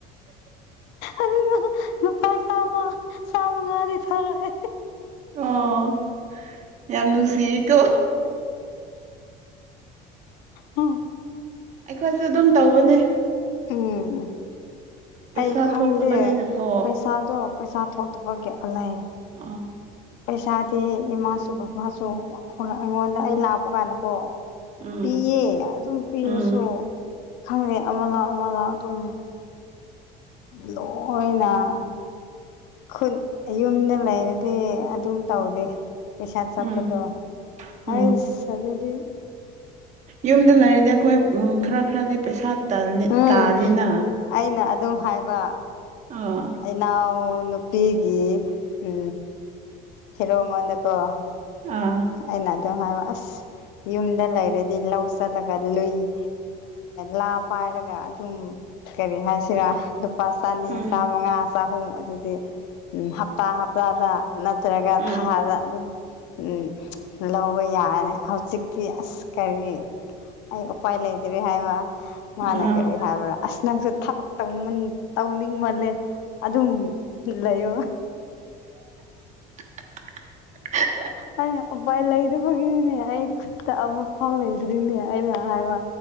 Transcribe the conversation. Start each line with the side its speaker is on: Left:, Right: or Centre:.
Left: ꯑꯗꯨꯅ ꯅꯨꯄꯥ ꯆꯥꯃ ꯆꯥꯝꯃ ꯉꯥꯗꯤ ꯊꯥꯔꯛꯑꯦ
Right: ꯑꯣ ꯌꯥꯝ ꯅꯨꯡꯁꯤꯀꯣ
Left: ꯎꯝ
Right: ꯑꯩꯈꯣꯏꯁꯨꯦ ꯑꯗꯨꯝ ꯇꯧꯕꯅꯦ
Left: ꯎꯝ
Right: ꯄꯩꯁꯥ
Left: ꯑꯩ ꯈꯪꯗꯦ
Right: ꯊꯣꯛꯇꯕꯅꯤꯅꯀꯣ
Left: ꯄꯩꯁꯥꯗꯣ ꯄꯩꯁꯥ ꯊꯣꯛꯇꯕꯒꯤ ꯂꯩ
Right: ꯑꯥ
Left: ꯄꯩꯁꯥꯗꯤ ꯏꯃꯥꯁꯨ ꯕꯕꯥꯁꯨ ꯍ ꯑꯩꯉꯣꯟꯗ ꯑꯩ ꯂꯥꯛꯄ ꯀꯥꯟꯗꯀꯣ
Right: ꯎꯝ
Left: ꯄꯤꯌꯦ ꯑꯗꯨꯝ ꯄꯤꯔꯁꯨ
Right: ꯎꯝ
Left: ꯈꯪꯗꯦ ꯑꯃ ꯂꯥꯎꯑꯣ ꯃꯅ ꯑꯗꯨꯝ ꯂꯣꯏꯣꯏꯅ ꯈꯨꯠ ꯌꯨꯝꯗ ꯂꯩꯔꯗꯤ ꯑꯗꯨꯝ ꯇꯧꯔꯤꯦ ꯄꯩꯁꯥ ꯆꯠꯄꯗꯣ
Right: ꯎꯝ ꯎꯝ
Left: ꯑꯩꯁ ꯑꯗꯨꯖꯤꯗꯤ
Right: ꯌꯨꯝꯗ ꯂꯩꯔꯤꯗꯤ ꯑꯩꯈꯣꯏ ꯎ ꯈꯔ ꯈꯔꯗꯤ ꯄꯩꯁꯥ ꯇꯥꯜꯂꯤ
Left: ꯎꯝ
Right: ꯇꯥꯜꯂꯤꯅ
Left: ꯑꯩꯅ ꯑꯗꯨꯝ ꯍꯥꯏꯕ
Right: ꯑꯥ
Left: ꯏꯅꯥꯎ ꯅꯨꯄꯤꯒꯤ ꯎ ꯍꯦꯔꯣꯉꯣꯟꯗꯀꯣ
Right: ꯑꯥ
Left: ꯑꯩꯅ ꯑꯗꯨꯝ ꯍꯥꯏꯕ ꯑꯁ ꯌꯨꯝꯗ ꯂꯩꯔꯗꯤ ꯂꯧ ꯆꯠꯂꯒ ꯂꯨꯏ ꯂꯥ ꯄꯥꯏꯔꯒ ꯑꯗꯨꯝ ꯀꯔꯤ ꯍꯥꯏꯁꯤꯔꯥ ꯂꯨꯄꯥ ꯆꯅꯤ
Right: ꯎꯝ
Left: ꯁꯥ ꯃꯉꯥ ꯆꯍꯨꯝ ꯑꯗꯨ ꯍꯥꯏꯗꯤ ꯎ ꯍꯞꯇꯥ ꯍꯞꯇꯥꯗ ꯅꯠꯇ꯭ꯔꯒ
Right: ꯎꯝ
Left: ꯊꯥꯗ ꯑꯗꯨꯝ ꯎꯝ ꯂꯧꯕ ꯌꯥꯔꯦ ꯍꯧꯖꯤꯛꯇꯤ ꯑꯁ ꯀꯔꯤ ꯑꯩ ꯎꯄꯥꯏ ꯂꯩꯇ꯭ꯔꯦ ꯍꯥꯏꯕ ꯃꯥꯅ
Right: ꯎꯝ
Left: ꯀꯔꯤ ꯍꯥꯏꯕ꯭ꯔꯥ ꯑꯁ ꯅꯪꯁꯨ ꯊꯕꯛ ꯇꯧꯅꯤꯡꯃꯜꯂꯦ ꯑꯗꯨꯝ ꯂꯩꯌꯣ
Right: <inaudible>
Left: ꯍꯥꯏ ꯎꯄꯥꯏ ꯂꯩꯗꯕꯒꯤꯅꯤꯅꯦ ꯑꯩ ꯈꯨꯠꯇ ꯑꯃ ꯐꯥꯎ ꯂꯩꯗ꯭ꯔꯤꯅꯦ ꯑꯩꯅ ꯍꯥꯏꯕ